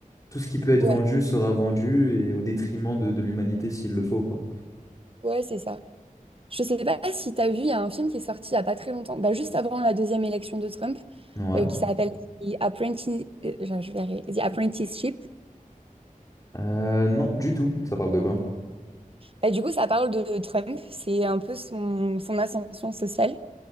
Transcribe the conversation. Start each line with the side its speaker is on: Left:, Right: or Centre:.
Left: Tout ce qui peut être
Right: ouais,
Left: vendu sera vendu et au détriment de, de l'humanité s'il le faut, quoi.
Right: ouais, c'est ça. Je sais pas si t'as vu, il y a un film qui est sorti il y a pas très longtemps, bah, juste avant la deuxième élection de Trump,
Left: Ouais.
Right: euh, qui s'appelle The Apprenti- euh, je vais y arriver. The Apprenticeship.
Left: Euh, non, du tout. Ça parle de quoi?
Right: Bah, du coup, ça parle de Trump, c'est un peu son, son ascension sociale.